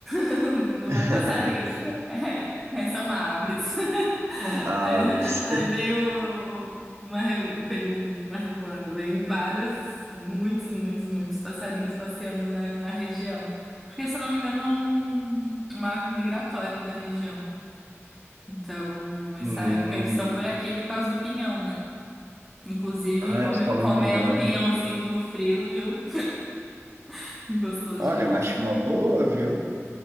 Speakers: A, in the centre; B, on the right.
A: <laughs> Não
B: <laughs>
A: é passarinho, é, é- são aves. <laughs>
B: Aves.
A: Aí, aí vem o- uma, re- vem uma revoada, vem vários, muitos, muitos, muitos passarinhos passeando na, na região. Porque, se eu não me engano, é um- uma ave migratória aqui da região. Então, essa
B: Hum.
A: época eles estão por aqui por causa do pinhão, né? Inclusive,
B: Ah,
A: come-
B: eles comem
A: comer
B: pinhão.
A: um pinhãozinho no frio, viu? <laughs> Gostoso
B: Olha,
A: demais.
B: eu acho uma boa, viu?